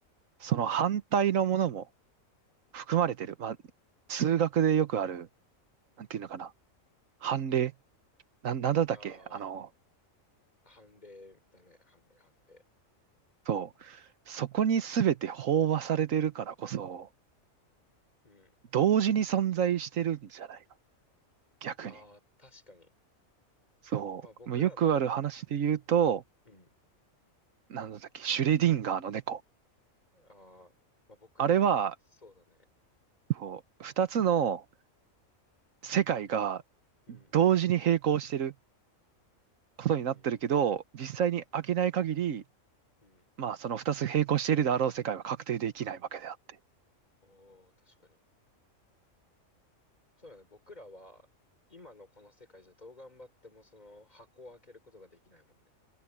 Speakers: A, on the right; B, on the left.
A: その反対のものも含まれてる。まあ、数学でよくある、なんていうのかな。反例。な、なんだったっけあの、
B: ああ、判例だね、判例、判例。
A: そう。そこに全て飽和されてるからこそ、
B: うん、
A: 同時に存在してるんじゃないか。逆に。
B: ああ、確かに。
A: そう。
B: まあ僕らの、
A: もうよくある話で言うと、
B: うん、
A: なんだったっけ、シュレディンガーの猫。
B: ああ、まあ僕ら、
A: あれは、
B: あ、そうだね。
A: そう、二つの世界が
B: うん、
A: 同時に並行してることになってるけど、
B: うん、
A: 実際に開けない限り、
B: うん。
A: まあその二つ並行しているであろう世界は確定できないわけであって。
B: おお、確かに。そうだね、僕らは、今のこの世界じゃどう頑張ってもその箱を開けることができないもんね。